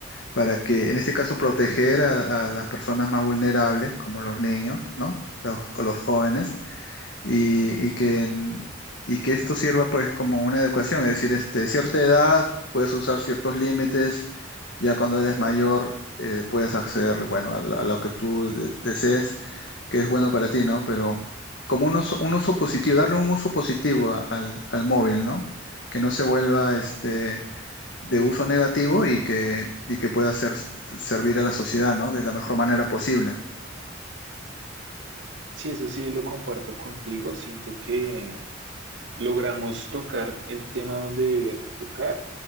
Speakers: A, on the left; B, on the right.
A: Para que, en este caso, proteger a, a las personas más vulnerables, como los niños, ¿no? Los, o los jóvenes y, y que, en- y que esto sirva pues como una educación, es decir, este, cierta edad puedes usar ciertos límites, ya cuando eres mayor eh, puedes acceder, bueno, a, la- a lo que tú de- desees, que es bueno para ti, ¿no? Pero como un uso, un uso positivo, darle un uso positivo a- al, al móvil, ¿no? Que no se vuelva este, de uso negativo y que, y que pueda ser, servir a la sociedad, ¿no? De la mejor manera posible.
B: Sí, eso sí, lo comparto contigo. Siento que logramos tocar el tema donde debía que tocar